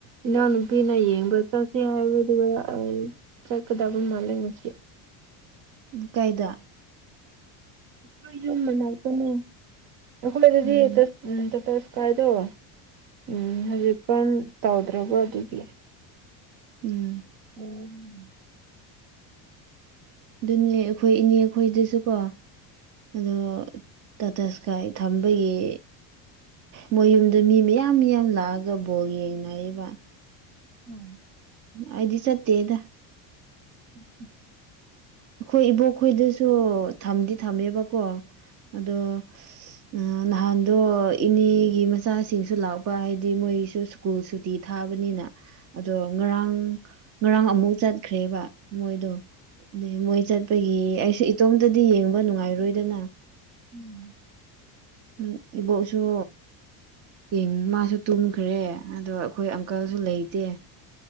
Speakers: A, on the right (about 60°); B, on the right (about 35°).
A: ꯏꯅꯥꯎꯅꯨꯄꯤꯅ ꯌꯦꯡꯕ ꯆꯠꯁꯤ ꯍꯥꯏꯕꯗꯨꯒ ꯑꯩ ꯆꯠꯀꯗꯕ ꯃꯥꯜꯂꯦ ꯉꯁꯤ
B: ꯀꯩꯗ
A: ꯑꯩꯈꯣꯏ ꯌꯨꯝ ꯃꯅꯥꯛꯇꯅꯦ ꯑꯩꯈꯣꯏꯗꯗꯤ
B: ꯎꯝ
A: ꯇ ꯇꯥ ꯀꯥꯏꯗꯣ ꯎꯝ ꯍꯧꯖꯤꯛ ꯀꯔꯝ ꯇꯧꯗ꯭ꯔꯕ ꯑꯗꯨꯗꯤ
B: ꯎꯝ
A: ꯎꯝ <inaudible>
B: ꯑꯗꯨꯅꯦ ꯑꯩꯈꯣꯏ ꯏꯅꯦ ꯈꯣꯏꯗꯨꯁꯨꯀꯣ ꯑꯗꯣ ꯇꯥꯇꯥ ꯁ꯭ꯀꯥꯏ ꯊꯝꯕꯒꯤ ꯃꯣꯏ ꯌꯨꯝꯗꯣ ꯃꯤ ꯃꯌꯥꯝ ꯃꯌꯥꯝ ꯂꯥꯛꯑꯒ ꯕꯣꯜ ꯌꯦꯡꯅꯔꯤꯕ
A: <inaudible>
B: ꯑꯩꯗꯤ ꯆꯠꯇꯦꯗ
A: <inaudible>
B: ꯑꯩꯈꯣꯏ ꯏꯕꯣꯛ ꯈꯣꯏꯗꯁꯨ ꯊꯝꯗꯤ ꯊꯝꯃꯦꯕꯀꯣ ꯑꯗꯣ
A: <inaudible>
B: ꯑ ꯅꯍꯥꯟꯗꯣ ꯏꯅꯦꯒꯤ ꯃꯆꯥꯁꯤꯡꯁꯨ ꯂꯥꯛꯄ ꯍꯥꯏꯗꯤ ꯃꯣꯏꯁꯨ ꯁ꯭ꯀꯨꯜ ꯁꯨꯇꯤ ꯊꯥꯕꯅꯤꯅ ꯑꯗꯣ ꯉꯔꯥꯡ ꯉꯔꯥꯡ ꯑꯃꯨꯛ ꯆꯠꯈ꯭ꯔꯦꯕ ꯃꯣꯏꯗꯣ ꯑ ꯃꯣꯏ ꯆꯠꯄꯒꯤ ꯑꯩꯁꯨ ꯏꯇꯣꯝꯇꯗꯤ ꯌꯦꯡꯕ ꯅꯨꯡꯉꯥꯏꯔꯣꯏꯗꯅ
A: <inaudible>
B: ꯎꯝ ꯏꯕꯣꯛꯁꯨ ꯌꯦꯡ ꯃꯥꯁꯨ ꯇꯨꯝꯈ꯭ꯔꯦ ꯑꯗꯣ ꯑꯩꯈꯣꯏ ꯑꯪꯀꯜꯁꯨ ꯂꯩꯇꯦ